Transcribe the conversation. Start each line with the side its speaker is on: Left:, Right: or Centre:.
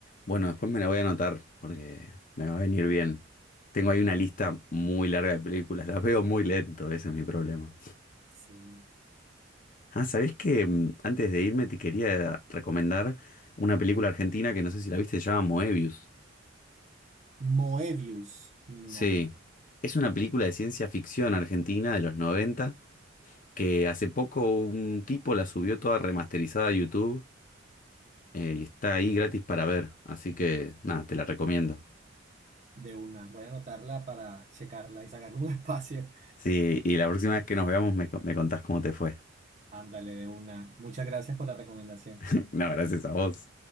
Left: Bueno, después me la voy a anotar porque me va a venir bien. Tengo ahí una lista muy larga de películas, las veo muy lento, ese es mi problema.
Right: Sí.
Left: Ah, ¿sabés que mm, antes de irme te quería recomendar una película argentina que no sé si la viste, se llama Moebius?
Right: Moebius, no,
Left: Sí, es una película de ciencia ficción argentina de los 90 que hace poco un tipo la subió toda remasterizada a YouTube eh, y está ahí gratis para ver. Así que nada, te la recomiendo.
Right: de una. Voy a anotarla para checarla y sacarle un <laughs> espacio.
Left: Sí, y la próxima vez que nos veamos me, co- me contás cómo te fue.
Right: Ándale, de una. Muchas gracias por la recomendación.
Left: <laughs> No, gracias a vos.